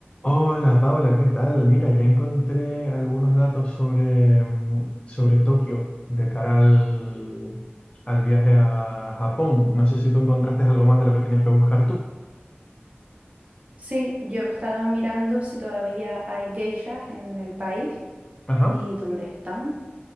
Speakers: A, on the left; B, on the right.
A: Hola Paula, ¿qué tal? Mira, ya encontré algunos datos sobre, mm, sobre Tokio de cara al, al viaje a Japón. No sé si tú encontraste algo más de lo que tenías que buscar tú.
B: Sí, yo he estado mirando si todavía hay geishas en el país
A: Ajá.
B: y dónde están.